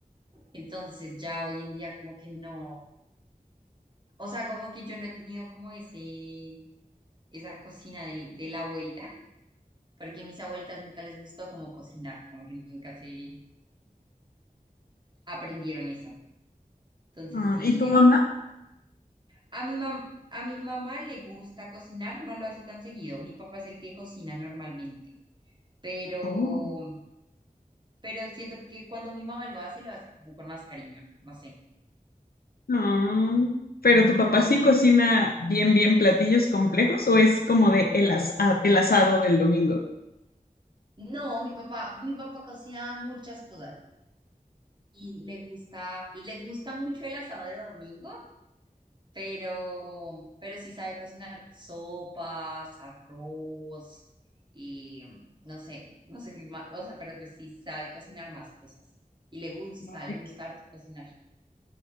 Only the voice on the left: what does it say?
Ah,
¿y tu
mamá?
Oh.
Ah, pero tu papá
sí cocina bien, bien platillos complejos o es como de el, as- a- el asado del domingo.
Ay,